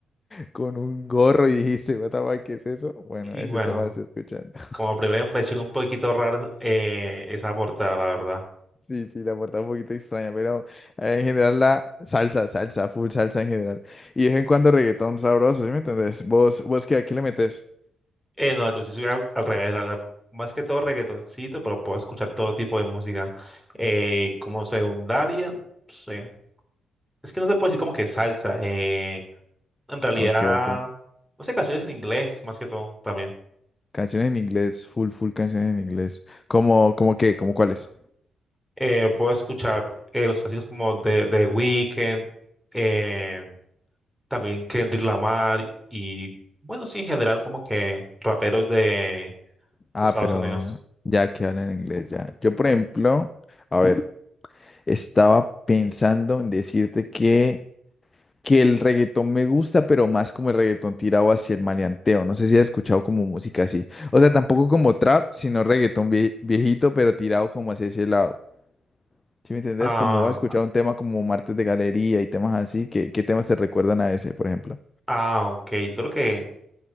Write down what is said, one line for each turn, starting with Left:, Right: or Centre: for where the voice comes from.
Left: con un gorro y dijiste, what the fuck, ¿qué es eso? Bueno,
Centre: Y
Left: ese
Centre: bueno,
Left: tema lo estoy escuchando. <laughs>
Centre: como primera impresión un poquito rara eh, esa portada, la verdad.
Left: Sí, sí, la portada un poquito extraña, pero eh, en general la salsa, salsa, full salsa en general. Y de vez en cuando reggaetón sabroso, ¿sí me entendés? ¿Vos, vos qué, aquí le metes?
Centre: Eh, no, yo sí soy al, al revés, la verdad. Más que todo reggaetoncito, pero puedo escuchar todo tipo de música. Eh, como secundaria, no sé. Es que no te puedo decir como que salsa. eh, En realidad,
Left: Ok, ok.
Centre: no sé, canciones en inglés más que todo también.
Left: Canciones en inglés, full, full canciones en inglés. ¿Cómo, cómo qué? ¿Cómo cuáles?
Centre: Eh, puedo escuchar eh, los clásicos como de The Weeknd, eh, también Kendrick Lamar y, bueno, sí, en general como que raperos de, de
Left: Ah,
Centre: Estados
Left: pero
Centre: Unidos.
Left: ya que hablan en inglés, ya. Yo, por ejemplo, a ver, estaba pensando en decirte que... que el reggaetón me gusta, pero más como el reggaetón tirado hacia el maleanteo. No sé si has escuchado como música así. O sea, tampoco como trap, sino reggaetón vie- viejito, pero tirado como hacia ese lado. ¿Sí me entiendes?
Centre: Ah,
Left: Como has escuchado un tema como Martes de Galería y temas así, ¿qué, qué temas te recuerdan a ese, por ejemplo?
Centre: ah, ok, yo creo que